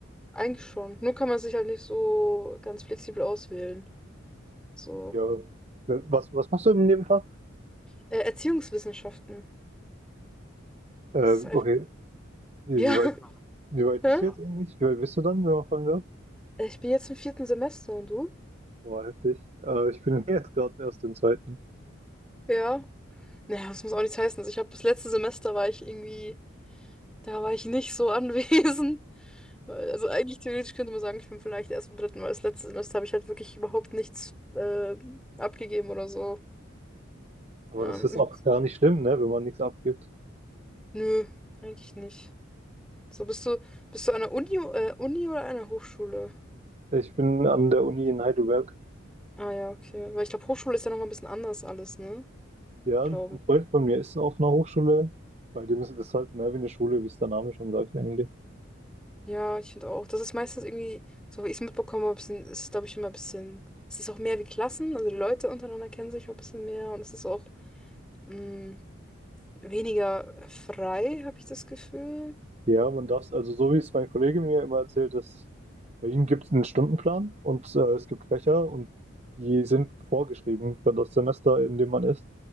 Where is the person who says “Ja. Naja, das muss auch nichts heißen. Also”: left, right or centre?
Centre